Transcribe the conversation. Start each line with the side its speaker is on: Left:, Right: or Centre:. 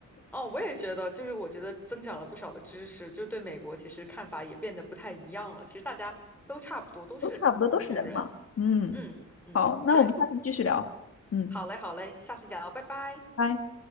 Centre: 哦，我也觉得，就是我觉得增长了不少的知识，就对美国其实看法也变得不太一样了。其实大家都差不多，都是普通人。
Left: 都差不多都是人嘛。嗯，
Centre: 嗯嗯，
Left: 好，那我们下次继续聊。
Centre: 对，
Left: 嗯，
Centre: 好嘞好嘞，下次聊，拜拜。
Left: 拜。